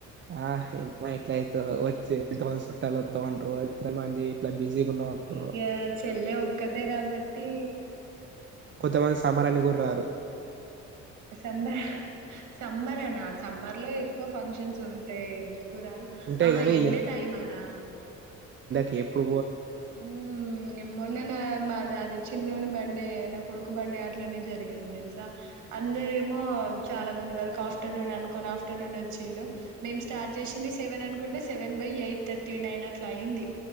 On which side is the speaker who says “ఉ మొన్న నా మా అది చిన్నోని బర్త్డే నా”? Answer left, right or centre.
Right